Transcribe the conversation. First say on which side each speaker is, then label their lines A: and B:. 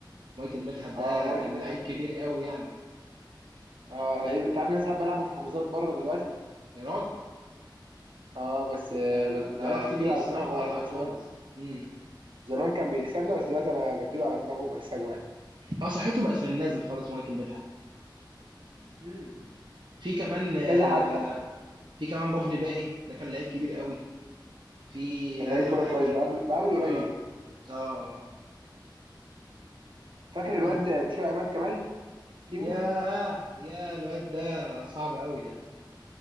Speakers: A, on the right (about 70°); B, on the right (about 90°).
A: مايكل مدحت ده
B: اه مايكي
A: كان
B: مدحت
A: لعيب كبير قوي يعني
B: اه لعيب انت عارف إن انا ساعات بلعبه في حجوزات بره دلوقتي
A: يا راجل
B: اه بس آه،
A: لا انا
B: بد-
A: أنا
B: بديله
A: علاقتي بيه الصراحه
B: على دماغه
A: اتقطعت
B: يعني زمان
A: خالص امم
B: زمان كان بيكسبنا بس دلوقتي انا بديله على دماغه وبكسبه يعني
A: اه صحته بقت في النازل خالص مايكل مدحت
B: امم
A: في كمان آه،
B: كذا حد طب
A: في كمان بافلي باهي ده كان لعيب كبير قوي في
B: كان
A: ادهم
B: لعيب كوره
A: ايمن
B: كويس بقابله بقابله قليل
A: اه اه آه.
B: فاكر الواد
A: مين
B: بشوية عماد كمال كيمو
A: ياه يا الواد ده صعب قوي ده